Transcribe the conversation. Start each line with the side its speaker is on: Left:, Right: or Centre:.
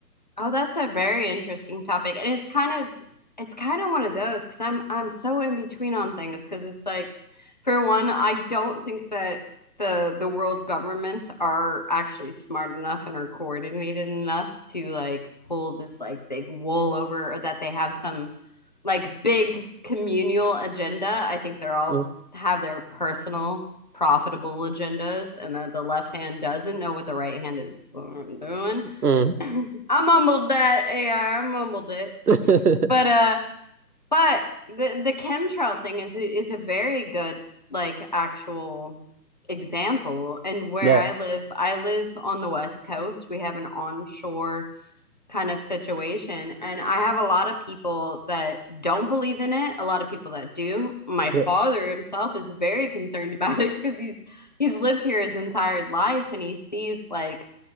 Left: Oh, that's a very interesting topic. And it's kind of it's kind of one of those because I'm I'm so in between on things because it's like for one, I don't think that the the world governments are actually smart enough and are coordinated enough to like pull this like big wool over or that they have some like big communal agenda. I think they're all
Right: Mm,
Left: have their personal profitable agendas and that the left hand doesn't know what the right hand is doing
Right: mm.
Left: <laughs> I mumbled that. Yeah, I I mumbled it.
Right: <laughs>
Left: But uh, but the the chemtrail thing is is a very good like actual example. And where
Right: Yeah,
Left: I live, I live on the west coast. We have an onshore kind of situation, and I have a lot of people that don't believe in it. A lot of people that do. My
Right: yeah,
Left: father himself is very concerned <laughs> about it because he's he's lived here his entire life, and he sees like